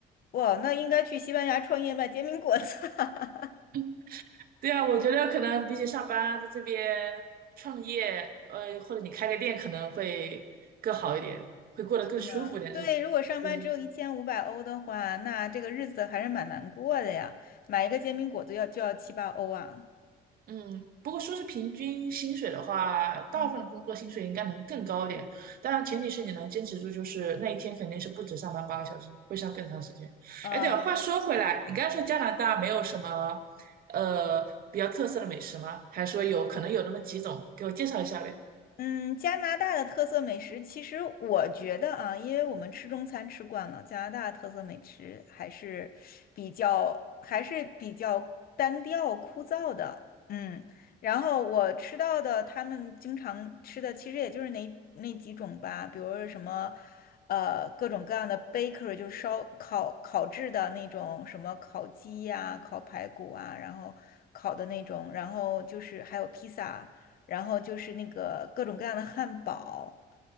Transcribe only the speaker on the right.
<laughs> 对啊，我觉得可能比起上班，在这边创业，呃，或者你开个店，可能会更好一点，会过得更舒服一点日子。
是。
嗯，不过说是平均薪水的话，
大部分的工作薪水应该能更高一点，当然前提是你能坚持住，就是那一天肯定是不止上班八个小时，会上更长时间。
哎，对了，话说回来，你刚才说加拿大没有什么，呃，比较特色的美食吗？还是说有可能有那么几种？给我介绍一下呗。